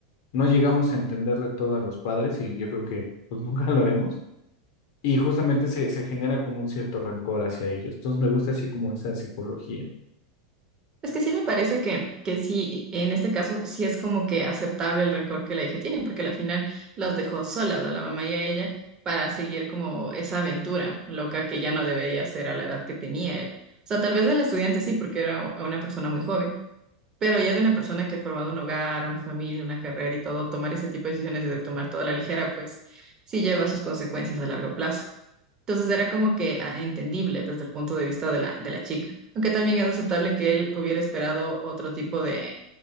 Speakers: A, on the left; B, on the right.
A: No llegamos a entender de todo a los padres y yo creo que pues <laughs> nunca lo haremos. Y justamente se, se genera como un cierto rencor hacia ellos. Entonces me gusta así como esa psicología.
B: Es que sí me parece que, que sí, en este caso sí es como que aceptable el rencor que la hija tiene, porque al final los dejó solas a la mamá y a ella para seguir como esa aventura loca que ya no debería hacer a la edad que tenía él. O sea, tal vez el estudiante sí, porque era una persona muy joven, pero ya de una persona que ha formado un hogar, una familia, una carrera y todo, tomar ese tipo de decisiones de tomar toda la ligera, pues sí lleva sus consecuencias a largo plazo. Entonces era como que ah, entendible desde el punto de vista de la, de la chica, aunque también es aceptable que él hubiera esperado otro tipo de,